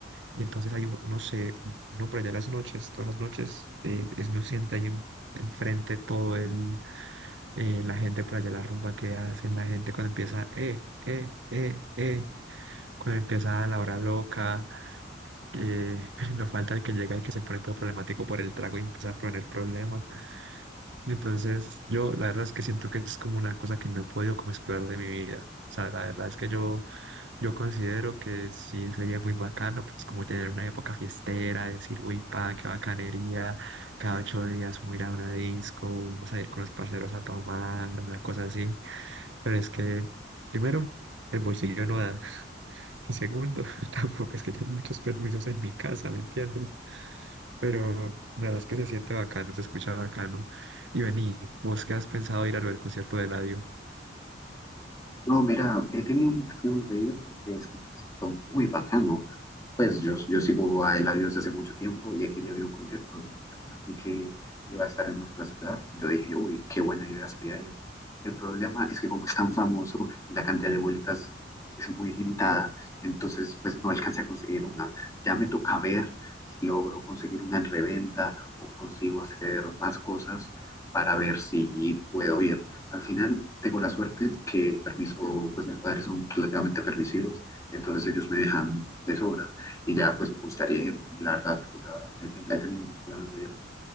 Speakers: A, on the right; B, on the left.
A: Y entonces ahí uno, uno se, uno por allá en las noches, todas las noches, eh, es uno siente ahí en- enfrente todo el, eh, la gente por allá, la rumba que hacen, la gente cuando empieza, eh, eh, eh, eh, cuando empieza la hora loca, eh, <laughs> no falta el que llega y que se pone todo problemático por el trago y empieza a poner problemas. Entonces yo la verdad es que siento que es como una cosa que no he podido como explorar de mi vida. O sea, la verdad es que yo yo considero que sí sería muy bacano, pues como tener una época fiestera, decir, uy, pa, qué bacanería, cada ocho días vamos a ir a una disco, vamos a ir con los parceros a tomar, una cosa así. Pero es que, primero, el bolsillo no da, <laughs> y segundo, <laughs> tampoco es que haya muchos permisos en mi casa, ¿me entiendes? Pero nada, es que se siente bacano, se escucha bacano. Y vení, ¿vos qué has pensado ir a lo del concierto de la
B: No, mira, he tenido muchas ganas de ir porque es un concierto muy bacano. Pues yo, yo sigo a Eladio desde hace mucho tiempo y aquel día vi un concierto y apenas vi que iba a estar en nuestra ciudad. Yo dije, uy, qué buena idea sería ir. El problema es que como es tan famoso, la cantidad de vueltas es muy limitada, entonces pues no alcancé a conseguir una. Ya me toca ver si logro conseguir una en reventa o consigo hacer más cosas para ver si puedo ir. Al final tengo la suerte que el permiso, pues mis padres son relativamente permisivos, entonces ellos me dejan de sobra. Y ya pues me gustaría, la verdad, o sea, he ten- he tenido muchos planes de ir.